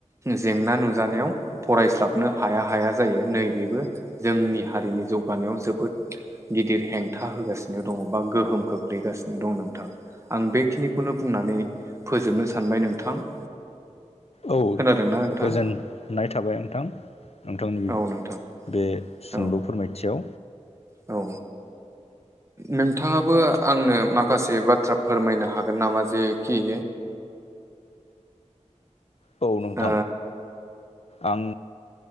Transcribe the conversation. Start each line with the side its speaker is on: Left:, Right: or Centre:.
Right: जेंना नुजानायाव फरायस्लाबनो हाया हाया जायो नैबेबो जोंनि हारिनि जौगानायाव जोबोद गिदिर हेंथा होगासिनो दङ बा गोहोम खोख्लैगासिनो दं नोंथां। आं बेखिनिखौनो बुंनानै फोजोबनो सानबाय नोंथां।
Left: औ
Right: खोनादोंना नोंथां
Left: गोजोननाय थाबाय नोंथां‌ नोंथांमोननि
Right: औ नोंथां
Left: बे सुंद'
Right: औ
Left: फोरमायथियाव
Right: औ नोंथाङाबो आंनो माखासे बाथ्रा फोरमायनो हागोन नामा जेखि
Left: औ नोंथां
Right: ओ
Left: आं